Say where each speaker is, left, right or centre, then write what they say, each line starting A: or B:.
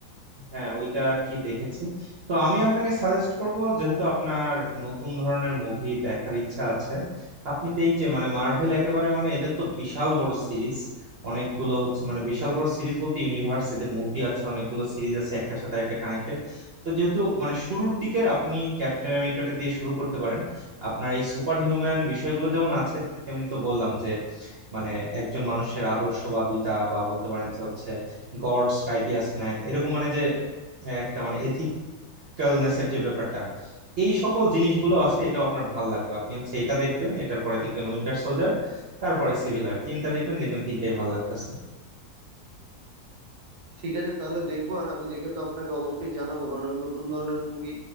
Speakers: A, on the right; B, on the right.
A: হ্যাঁ ওইটা আর কি দেখেছি তো আমি আপনাকে সাজেস্ট করব যেহেতু আপনার নতুন ধরনের মুভি দেখার ইচ্ছা আছে আপনি তো এই যে মানে মার্ভেল একেবারে মানে এদের তো বিশাল বড় সিরিজ অনেকগুলো হচ্ছে মানে বিশাল বড় সিরিজ বলতে ইউনিভার্স এদের মুভি আছে অনেকগুলো সিরিজ আছে একটার সাথে একটা কানেক্টেড তো যেহেতু মানে শুরুর দিকের আপনি ক্যাপ্টেন আমেরিকাটা দিয়ে শুরু করতে পারেন আপনার এই সুপার হিউম্যান বিষয়গুলো যেমন আছে ঠিক তেমনি তো বললাম যে মানে একজন মানুষের আদর্শবাদিতা বা বলতে পারেন যে হচ্ছে গডস রাইটিয়াস ম্যান এরকম মানে যে একটা মানে এথিক্যালনেস এর যে ব্যাপারটা এই সকল জিনিসগুলো আছে এটাও আপনার ভাল লাগবে আপনি হচ্ছে এটা দেখবেন এটার পরে দেখবেন উইন্টার সোলজার তারপরে সিভিল ওয়ার তিনটা দেখবেন দেখবেন তিনটাই ভাল লাগতেছে
B: ঠিক আছে তাহলে দেখবো আর আমি দেখে তো আপনাকে অবশ্যই জানাবো কারণ আমি নতুন ধরনের মুভি